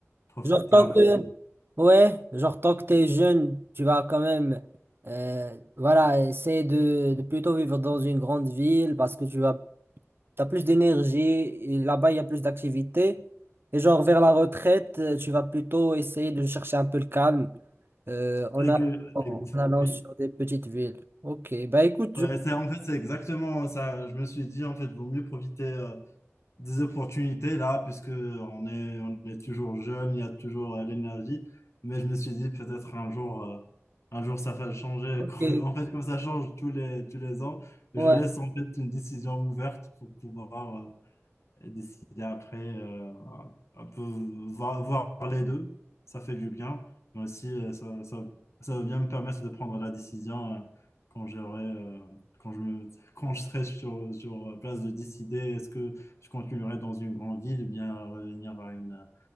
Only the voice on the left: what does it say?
profiter
un peu.
Ex-
ex-
Oui,
Ouais,
c'est, en fait, c'est exactement ça. Je me suis dit, en fait, vaut mieux profiter. euh, des opportunités là, puisque on est, on est toujours jeune, il y a toujours euh, l'énergie. Mais je me suis dit peut-être un jour, euh, un jour ça va changer.
<laughs> Quand- En fait, comme ça change tous les, tous les ans, je
laisse en fait une décision ouverte pour pouvoir euh, et décider après euh, un peu voir, voir les deux. Ça fait du bien, mais aussi euh, ça, ça, ça va bien me permettre de prendre la décision euh, quand j'aurai, euh, quand je me, quand je serai sur, sur place de décider est-ce que je continuerai dans une grande ville ou bien revenir à une,